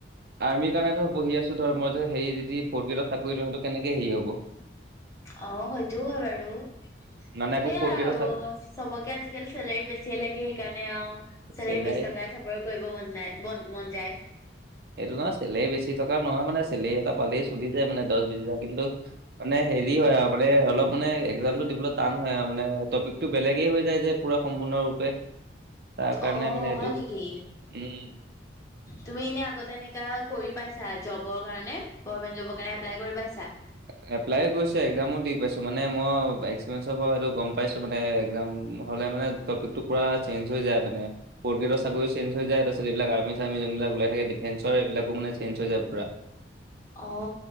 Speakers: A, on the right (about 55°); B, on the left (about 15°).
A: আৰ্মিৰ কাৰণে ধৰ পঢ়ি আছো ত ধৰ মইটো হে যদি ফৰ্থ গ্ৰেডত চাকৰি লওঁ সেইটো কেনেকে হেৰি হ'ব?
B: অ সেইটো হয় বাৰু।
A: মানে
B: সেইয়াই
A: আকৌ ফ'ৰ্থ গ্ৰেডৰ
B: আৰু চবকে আজিকালি চেলেৰি বেছিয়ে লাগে সেইকাৰণে আৰু চলেৰি
A: চেলাই
B: বেছি থকা চাকৰি কৰিব মন নাই মন যায়।
A: এইটো নহয় চেলেৰি বেছি থকা নহয় মানে চেলেৰী এটা পালেই চলি যায় মানে দহ বিশ হাজাৰ কিন্তু মানে হেৰি হয় আৰু মানে অলপ মানে একজামটো দিবলৈ টান হয় আৰু মানে টপিক টো বেলেগে হৈ যায় যে পুৰা সম্পূৰ্ণৰূপে। তাৰ কাৰণে
B: অ
A: মানে এইটো
B: হয় নেকি
A: উম।
B: তুমি এনে আগতে এনেকা কৰি পাইছা জবৰ কাৰণে গভমেন্ট জবৰ কাৰণে এপ্লাই কৰি পাইছা?
A: <unintelligible> এপ্লাই কৰিছোঁ এক্সজামো দি পাইছোঁ মানে মই এক্সপিৰিয়েঞ্চৰ পৰা এইটো গম পাইছোঁ মানে এক্সাম হ'লে মানে টপিকটো পুৰা চেঞ্জ হৈ যায় মানে। ফৰ্থ গ্ৰেডৰ চাকৰি চেঞ্জ হৈ যায় তাৰপিছত এইবিলাক আৰ্মি চাৰ্মী যোনবিলাক ওলাই থাকে ডিফেঞ্চৰ এইবিলাকো মানে চেঞ্জ হৈ যায় পোৰা। <unintelligible>
B: অ